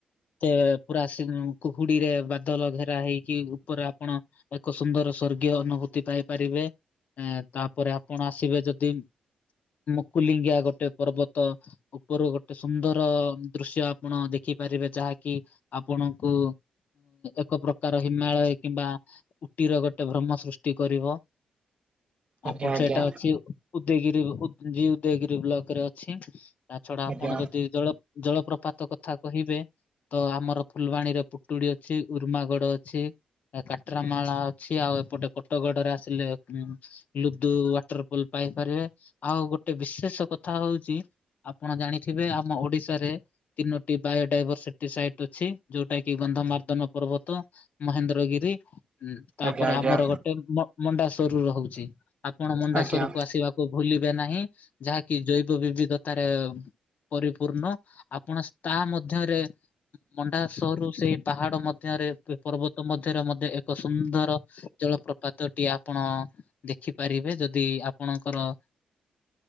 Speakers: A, on the left; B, on the right.
A: ତ ପୁରା ଆସନକ କୁହୁଡିରେ ବାଦଲ ଘେରା ହେଇକି ଉପରେ ଆପଣ ଏକ ସୁନ୍ଦର ସ୍ଵର୍ଗୀୟ ଅନୁଭୂତି ପାଇପାରିବେ ଏ ତାପରେ ଆପଣ ଆସିବେ ଯଦି ମୁକୁଲିଙ୍ଗିଆ ଗୋଟେ ପର୍ବତ ଉପରୁ ଗୋଟେ ସୁନ୍ଦର ଦୃଶ୍ୟ ଆପଣ ଦେଖି ଦେଖିପାରିବେ ଯାହାକି ଆପଣଙ୍କୁ ଏକ ପ୍ରକାର ହିମାଳୟ କିମ୍ବା ଉଟିର ଗୋଟେ ଭ୍ରମ ସୃଷ୍ଟି କରିବ।
B: ଆଜ୍ଞା
A: ଆପଣ
B: ଆଜ୍ଞା
A: ସେଇଟା ଅଛି ଉଦୟଗିରି ଉଦୟଗିରି ବ୍ଲକ ରେ ଅଛି ତା ଛଡା
B: ଆଜ୍ଞା।
A: ଆପଣ ଯଦି ଜଳ ଜଳପ୍ରପାତ କଥା କହିବେ ତ ଆମର ଫୁଲବାଣୀରେ ପୁଟୁଡି ଅଛି ଉର୍ମାଗଡ ଅଛି କାଟର ମାଳା ଅଛି ଆଉ ଏପଟେ କୋଟଗଡରେ ଆସିଲେ ଲୁଦୁ ୱାଟର ଫଲ ପାଇପାରିବେ ଆଉ ଗୋଟେ ବିଶେଷ କଥା ହଉଛି ଆପଣ ଜାଣିଥିବେ ଆମ ଓଡିଶାରେ ତିନୋ ବାୟୋଡାଇଭରସିଟି ସାଇଟ୍ ଅଛି ଯୋଉଟା କି ଗନ୍ଧମାର୍ଧନ ପର୍ବତ। ମହେନ୍ଦ୍ର ଗିରି ହୁଁ ତାପରେ
B: ଆଜ୍ଞା ଆଜ୍ଞା
A: ଆମର ଗୋଟେ ମଣ୍ଡାସଵରରୁ ରହୁଛି ଆପଣ ମଣ୍ଡାସଵର
B: ଆଜ୍ଞା
A: କୁ ଆସିବା ଭୁଲିବେ ନାହିଁ। ଯାହାକି ଜୈବ ବିବିଧତାରେ ପରିପୂର୍ଣ୍ଣ ଆପଣ ତାହା ମଧ୍ୟରେ ମଣ୍ଡା ସହରୁ ସେଇ ପାହାଡ ମଧ୍ୟରେ ପର୍ବତ ମଧ୍ୟରେ ମତେ ଏକ ସୁନ୍ଦର ଜଳପ ପାଦଟିଏ ଆପଣ ଦେଖିପାରିବେ ଯଦି ଆପଣଙ୍କର